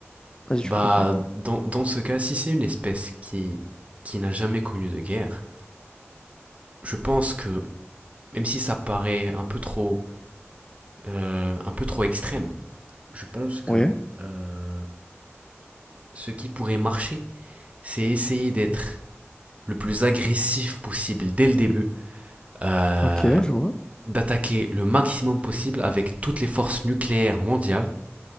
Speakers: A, on the left; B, on the right.
A: Vas-y, tu
B: Bah,
A: peux continuer.
B: dans, dans ce cas, si c'est une espèce qui, qui n'a jamais connu de guerre, je pense que, même si ça paraît un peu trop, euh, un peu trop extrême, je pense que
A: Oui,
B: euh, ce qui pourrait marcher, c'est essayer d'être le plus agressif possible dès le début, euh,
A: ok, je vois.
B: d'attaquer le maximum possible avec toutes les forces nucléaires mondiales,